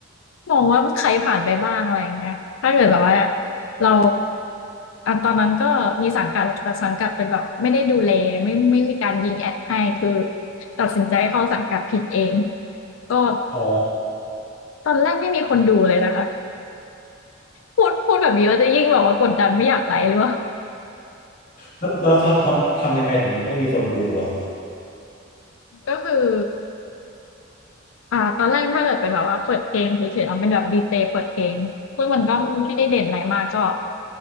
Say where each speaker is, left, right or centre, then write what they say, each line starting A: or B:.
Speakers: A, on the left; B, on the left.
A: มองว่าใครผ่านไปบ้างอะไรอย่างเงี้ยถ้าเกิดแบบว่าเราอ่ะตอนนั้นก็มีสังกัดแหละแต่สังกัดเป็นแบบไม่ได้ดูแลไม่ไม่มีการยิงแอดให้คือตัดสินใจเข้าสังกัดผิดเองก็
B: อ๋อ
A: ตอนแรกไม่มีคนดูเลยนะคะพูดพูดแบบนี้เราจะยิ่งแบบว่ากดดันไม่อยากไลฟ์หรือว่า
B: แล้วแล้วทำทำทำยังไงถึงให้มีคนดูอ่ะ
A: ก็คือ อ่าตอนแรกถ้าเกิดเป็นแบบว่าเปิดเพลงเฉยๆเราเป็นแบบดีเจเปิดเพลงซึ่งมันก็ไม่ได้เด่นอะไรมากก็